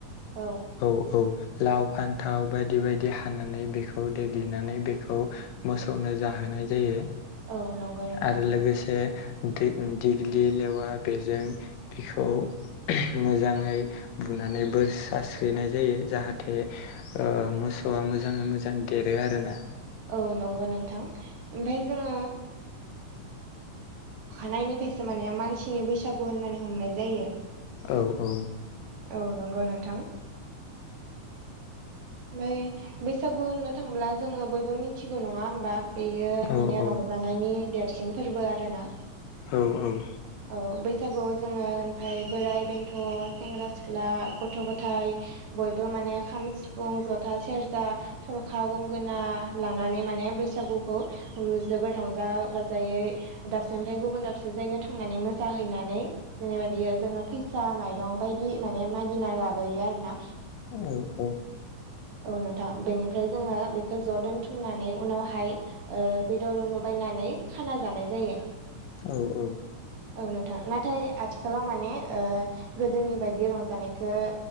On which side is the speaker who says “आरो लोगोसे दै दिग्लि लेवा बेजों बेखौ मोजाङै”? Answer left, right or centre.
Left